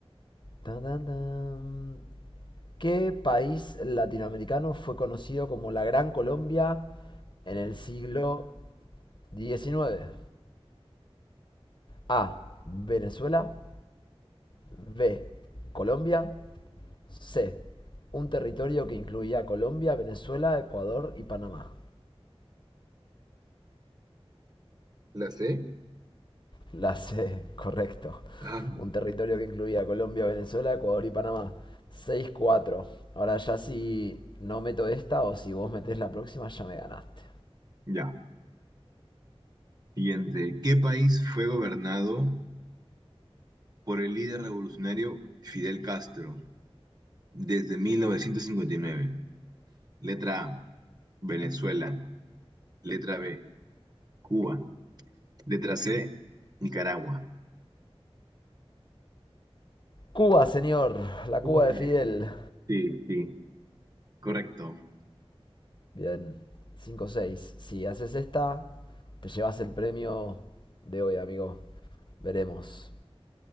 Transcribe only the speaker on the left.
Tan, tan, tan. ¿Qué país latinoamericano fue conocido como la Gran Colombia en el siglo diecinueve. A. Venezuela. B. Colombia. C. Un territorio que incluía Colombia, Venezuela, Ecuador y Panamá.
La C, correcto.
Un territorio que incluía Colombia, Venezuela, Ecuador y Panamá. Seis cuatro. Ahora ya si no meto esta o si vos metés la próxima ya me ganaste.
Cuba, señor. La
Cuba de Fidel.
Bien. cinco seis. Si haces esta, te llevas el premio de hoy, amigo. Veremos.